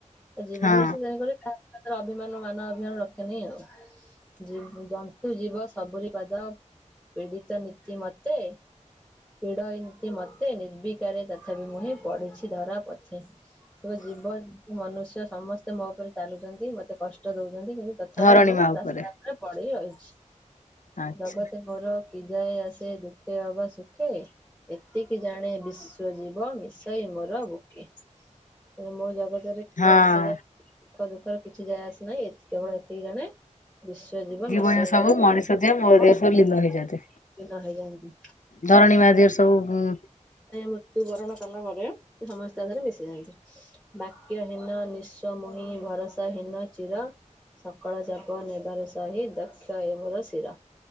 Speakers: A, in the centre; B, on the left.
A: ତା ଜୀବନରେ
B: ହଁ
A: ସେ ଜାଣିପାରେ କା ଅଭିମାନ ମାନ ଅଭିମାନ ରଖେନି ଆଉ। ଜି, ଜନ୍ତୁ ଜୀବ ସବୁରି ବାଦ ପୀଡିତ ନୀତି ମତେ ପୀଡ଼ଇନ୍ତି ମୋତେ ନିର୍ବିକାରେ ତଥାପି ମୁହିଁ ପଢିଛି ଧରା ପଥେ। ସେ ବା ଜୀବ ଜୁ ମନୁଷ୍ୟ ସମସ୍ତେ ମୋ ଉପରେ ଚାଲୁଛନ୍ତି। ମତେ କଷ୍ଟ ଦଉଛନ୍ତି। କିନ୍ତୁ ତଥାପି
B: ଧରଣୀ
A: ମୁଁ
B: ମା
A: ରାସ୍ତା
B: ଉପରେ
A: ଏ ପଡି ରହିଛି।
B: ଆଚ୍ଛା
A: ଜଗତ ମୋର କି ଯାଏ ଆସେ ଦୁଃଖେ ଅବାସ ସୁଖେ, ଏତିକି ଜାଣେ ବିଶ୍ଵ ଜୀବ ମିଶଇ ମୋର ବୁକେ। ମାନେ ମୋ ଜଗତରେ କିଏ
B: ହଁ
A: ଆସେଯାଏ ସୁଖ ଦୁଃଖରେ କିଛି ଯାଏ ଆସେ ନାହିଁ କେବଳ ଏତିକି ଜାଣେ ବିଶ୍ଵ ଜୀବ
B: ଜୀବନ
A: ମିଶେଇ ମୋର,
B: ସବୁ ମଣିଷ
A: ଦିନ
B: ଦେହ ମୋ ଦେହ ସବୁ ଲୀନ ହେଇଛନ୍ତି
A: ହେଇଯାନ୍ତି
B: ଧରଣୀ ମା ଦିଏ ସବୁ ଉଁ।
A: ସେ ମୃତ୍ୟୁ ବରଣ କଲା ପରେ ସେ ସମସ୍ତେ ତା ଧୀଏରେ ମିଶି ଯାଆନ୍ତି। ବାକ୍ୟ ହୀନ ନିସ୍ୱ ମୁହିଁ ଭରସା ହୀନ ଚିର ସକଳ ଚାପ ନେବାର ସହି ଦକ୍ଷ ଏ ମୋର ଶିର।